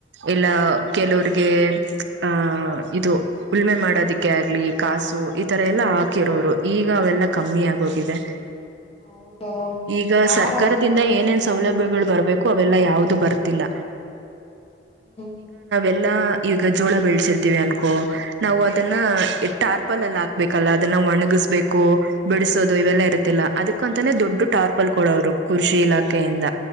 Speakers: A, on the right; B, on the left.
A: ಎಲ್ಲಾ. ಕೆಲವ್ರಿಗೆ ಆಹ ಇದು ಉಳಮೆ ಮಾಡೋದಿಕ್ಕೆ ಆಗ್ಲಿ ಕಾಸು ಈತರ ಎಲ್ಲ ಹಾಕಿರೋರು ಈಗ ಅವೆಲ್ಲ ಕಮ್ಮಿ ಆಗೋಗಿದೆ.
B: ಹೌದೌದು
A: ಈಗ
B: ಯಾರ್
A: ಸರ್ಕಾರದಿಂದ
B: ಅಷ್ಟ್
A: ಏನೇನ್ ಸೌಲಭ್ಯಗಳು ಬರ್ಬೇಕು. ಅವೆಲ್ಲಾ ಯಾವ್ದು ಬರ್ತಿಲ್ಲ.
B: ಹ್ಮ್.
A: ಎಲ್ಲಾ ಈಗ ಜೋಳ ಬೆಳೆಸಿರ್ತ್ತೆ. ದಿವಿ ಅನ್ಕೋ ನಾವು ಅದನ್ನ ಟಾರ್ ಪ್ಪಲ್ಲ ಎಲ್ಲ ಹಾಕ್ಬೇಕಲ್ಲ ಅದನ್ನ ಒಣಗ್ ಒಣಗಿಸಬೇಕು ಬಿಡಿಸೋದು ಇವೆಲ್ಲ ಇರತಿಲ್ಲ ಅದಕ್ಕ ಅಂತಾನೆ ದೊಡ್ಡ ಟಾರ್ಪಲ್ ಕೊಡೋರು ಕೃಷಿ ಇಲಾಖೆಯಿಂದ.